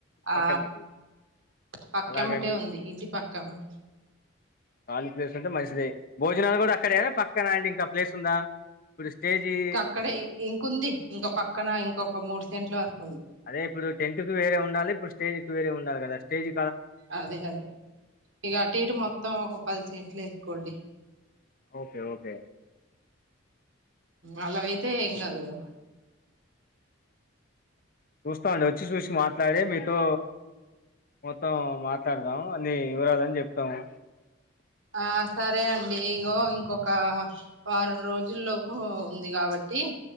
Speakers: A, on the right; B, on the left.
A: ఆ
B: పక్కన పెట్టి
A: పక్కమ్మటే
B: అలాగే మీ
A: ఉంది ఇంటి పక్క అమ్మటి
B: ఖాళీ ప్లేస్లు అంటే మంచిదే భోజనాలు కూడా అక్కడ కదా పక్కన అండి ఇంకా ప్లేస్ ఉందా ఇప్పుడు స్టేజీ
A: అక్కడ ఇంకంది ఇంకా పక్కన
B: ఆ,
A: ఇంకొక మూడు సెంట్ల వరకు ఉంది
B: అదే ఇప్పుడు టెంట్ కు వేరేండాలి ఇప్పుడు స్టేజ కు వేరే ఉండి కదా స్టేజి
A: అదే అదే ఇగ అటు ఇటు మొత్తం ఒక పది సెంట్లు వేసుకోండి
B: ఓకే ఓకే
A: అలా అయితే ఏం కాదు కదా
B: చూస్తామండి వచ్చి చూసి మాట్లాడే మీతో మొత్తం మాట్లాడదాం అన్ని వివరాలని చెప్తాము
A: ఆ స సరే అండి ఇగో ఇంకొక వారం రోజుల లోపు ఉంది కాబట్టి